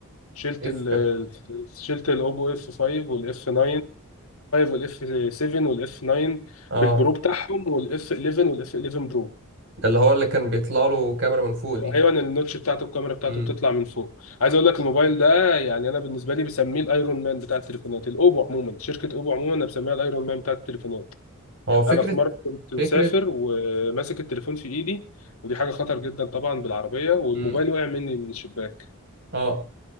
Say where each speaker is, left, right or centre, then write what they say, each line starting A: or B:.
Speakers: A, on the left; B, on the right.
A: شلت
B: اف
A: ال شلت الاوبو اف 5 والاف 9 اف 5 والاف 7 والاف 9
B: اه
A: بالبرو بتاعهم والاف 11 والاف 11 برو
B: ده اللي هو اللي كان بيطلع له كاميرا من فوق دي
A: ايوه النوتش بتاعته الكاميرا بتاعته
B: امم
A: بتطلع من فوق عايز اقول لك الموبايل ده يعني انا بالنسبه لي بسميه الايرون مان بتاع التليفونات الاوبو عموما شركه اوبو عموما انا بسميها الايرون مان بتاع التليفونات
B: هو فكرة
A: انا في مره كنت مسافر
B: فكرة
A: وماسك التليفون في ايدي ودي حاجه خطر جدا طبعا بالعربيه والموبايل
B: امم
A: وقع مني من الشباك
B: اه